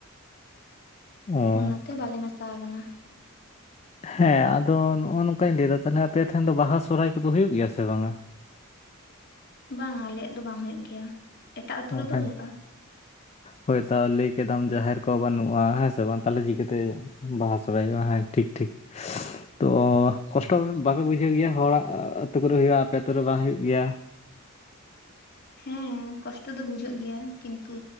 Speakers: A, on the left (about 30°); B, on the left (about 50°).
A: ᱚ
B: ᱚᱱᱟᱛᱮ ᱵᱟᱞᱮ ᱢᱮᱥᱟ ᱟᱠᱟᱱᱟ᱾
A: ᱦᱮᱸ ᱟᱫᱚ ᱱᱚᱜᱼᱚ ᱱᱚᱝᱠᱟᱧ ᱞᱟᱹᱭᱫᱟ ᱛᱟᱞᱦᱮ ᱟᱯᱮ ᱴᱷᱮᱱ ᱫᱚ ᱵᱟᱦᱟ ᱥᱚᱨᱦᱟᱭ ᱠᱚᱫᱚ ᱦᱩᱭᱩᱜ ᱜᱮᱭᱟ ᱥᱮ ᱵᱟᱝᱟ?
B: ᱵᱟᱝ ᱟᱞᱮᱭᱟᱜ ᱫᱚ ᱵᱟᱝ ᱦᱳᱭᱳᱜ ᱜᱮᱭᱟ᱾ᱮᱴᱟᱜ ᱟᱛᱳ
A: ᱚ
B: ᱨᱮᱫᱚ
A: ᱦᱮᱸ
B: ᱦᱩᱭᱩᱜᱼᱟ᱾
A: ᱦᱳᱭ ᱛᱚ ᱞᱟᱹᱭ ᱠᱮᱫᱟᱢ ᱡᱟᱦᱮᱨ ᱠᱚ ᱵᱟᱹᱱᱩᱜᱼᱟ ᱦᱮᱸ ᱥᱮ ᱵᱟᱝ ᱛᱟᱦᱞᱮ ᱪᱷᱤᱠᱟᱹᱛᱮ ᱦᱩᱭᱩᱜ-ᱟ? ᱵᱟᱦᱟ ᱥᱚᱨᱦᱟᱭ ᱵᱟᱭ ᱦᱮᱸ ᱴᱷᱤᱠ ᱴᱷᱤᱠ᱾ ᱛᱚ ᱠᱚᱥᱴᱚ ᱵᱟᱯᱮ ᱵᱩᱡᱷᱟᱹᱣ ᱜᱮᱭᱟ ᱦᱚᱲᱟᱜ ᱟᱹᱛᱩ ᱠᱚᱨᱮ ᱦᱩᱭᱩᱜᱼᱟ ᱟᱯᱮ ᱟᱛᱩ ᱨᱮ ᱵᱟᱝ ᱦᱩᱭᱩᱜ ᱜᱮᱭᱟ?
B: ᱦᱮᱸ ᱠᱚᱥᱴᱚ ᱫᱚ ᱵᱩᱡᱷᱟᱹᱜ ᱜᱮᱭᱟ ᱠᱤᱱᱛᱩ